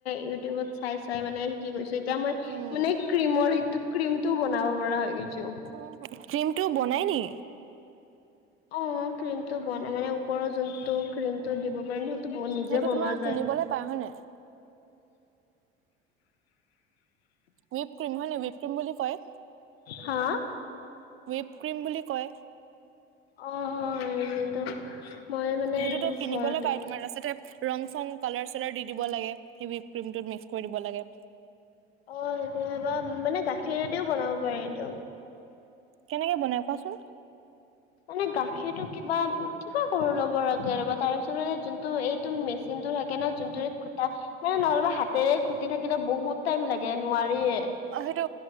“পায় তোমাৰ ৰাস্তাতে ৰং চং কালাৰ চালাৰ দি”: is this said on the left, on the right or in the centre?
Right